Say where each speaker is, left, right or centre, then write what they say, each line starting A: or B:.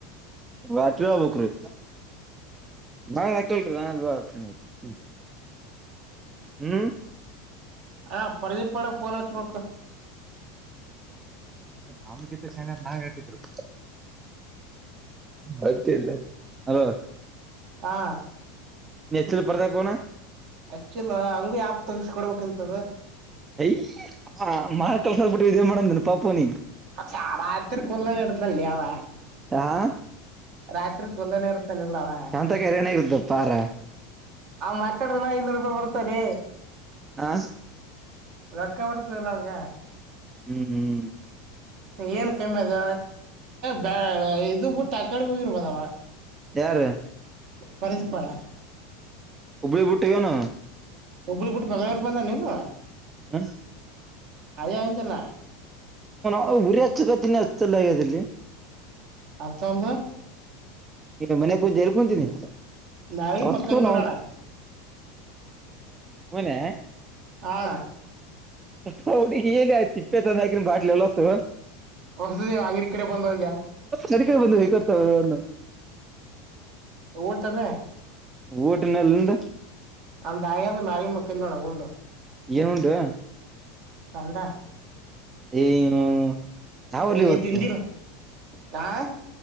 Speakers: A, on the right; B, on the right.
A: ಆಟ ಹೇಳ್ಬೆಕ್ರಿ. ನಾ ಹಾಕಿಲರಿ ನಾತೀ ಆಯ್ತ <unintelligible> ಹ್ಮ್
B: ಆ ಪರದಿಪಣಗ ಫೋನ ಹಚ್ಚಬೇಕು.
A: ಅವನ್ಗಿತ ಶಾಣ್ಯರು ನಾವ್ ಎಟ್ಟಿದ್ರು. ಅ ಇಲ್ಲ ಹಲೋ <unintelligible>
B: ಹಾ
A: ನೀ ಹಚ್ಚಿಲ ಪರದ್ಯಾಗ ಫೋನ.
B: ಹಚ್ಚಿಲ ಅವುಂಗು ಯಾಪ್ ತಗಸ್ಕೊಡ್ಬೇಕಂತದ.
A: ಯ ಹ ಮಾರ ಕೆಲ್ಸ್ಬಿಟ್ಟ ಇದೇ ಮಾಡಂದಿನ ಪಾಪನಿ
B: ಅ ಚ ಆರಾಯತ್ರಿ ಕಲ್ಲ ಎಡತಲ್ಲಿಯ ಅವ
A: ಹಾ
B: ರಾತ್ರಿ ಕೊಲ್ಲನೆ ಇರ್ತಾನಲ್ಲವಾ
A: ಎಂತ ಕರೆನಾಗಿರುತ್ತ ಪಾರ
B: ಮತ್ತೆ ಕಡಲ ನಪ ಹೊರ್ತಲ್ಲೇ
A: ಹ
B: ರಕ್ಕವರತ ಇಲ್ಲಕ
A: ಹ್ಮ್ ಹ್ಮ್
B: ಏನ್ ಕಮ್ಮಿ ಅದ ಬ ಇದು ಬಿಊಟ್ಟ ಆ ಕಡೊ ಇರ್ಬೋದವ
A: ಯಾರು
B: ಪರದಿಪ್ಪಳ
A: ಉಬ್ಬಳಿ ಬುಟ್ಟಗನು
B: ಹುಬ್ಳಿುಟ್ಟಿ ಬಾಗ ಬಂದ ನೀದು
A: ಹ್ಣ
B: ಅದೇ ಚಲ್ಲ
A: ಹ ಉುರಿ ಹ ಚಕ ತಿನ್ನಿ ಹಲ್ಲ ಆಗದಲ್ಲಿ
B: ಆ ತಲ್
A: ಮನೆ ಕುಂತ ಎಳ್ ಕುಂತೀನಿ
B: ನಾಳಿಗೆ
A: ಹೊತ್ತು
B: ಮಕ್ಕಂದ್
A: ನ
B: ನೋಡೋಣ
A: ಮನೆ
B: ಹಣ
A: ಹುಡ ಏನ್ ಆಯ ತಿಪ್ಪೆ ಚಂದ ಹಾಕನ್ ಬಾಟ್ಲೆ ಎಲ್ಲಸ್ತ
B: ಹೊಸದ ಅಂಗಡಿ ಕಡೆ ಬಂದ ಒಂದ್ಯಾ
A: ಸರಿಕಾಯ ಬಂದ ಹೇ್ತಾವ ಅವನ್ನ
B: ಓಟಲ್ಲ
A: ಓಟಿನಲ್ಲಿಂದ
B: ಅಂತ ಆಾಯಾದೆ ಮಳೆ ಮಕ್ಕ ಇನ್ನೋಣಗೊಂಡು
A: ಏನ್ ಉಂಡು
B: ಕಂಡ
A: ಏನು ಯಾವಲ್ಲಿ
B: ನೀ
A: ಹತ್ತೆ
B: ತಿಂದಿಲ್ಲ ಆ